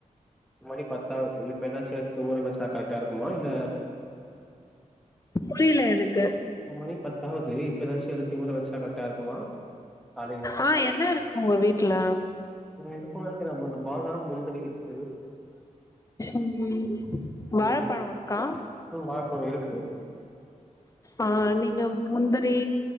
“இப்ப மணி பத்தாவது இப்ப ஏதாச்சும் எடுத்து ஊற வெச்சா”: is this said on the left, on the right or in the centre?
Centre